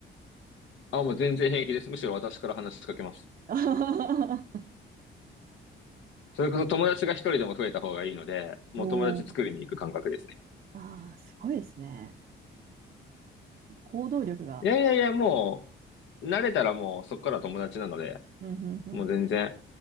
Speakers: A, on the left; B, on the right.
A: あ、もう全然平気です。むしろ私から話しかけます。
B: <laughs>
A: それこそ友達が一人でも増えた方がいいので、もう友達作りに行く感覚ですね。
B: おーああ、すごいですね。行動力が。
A: いやいやいや、もう、慣れたらもうそこから友達なので、
B: うん、うん、
A: もう全然、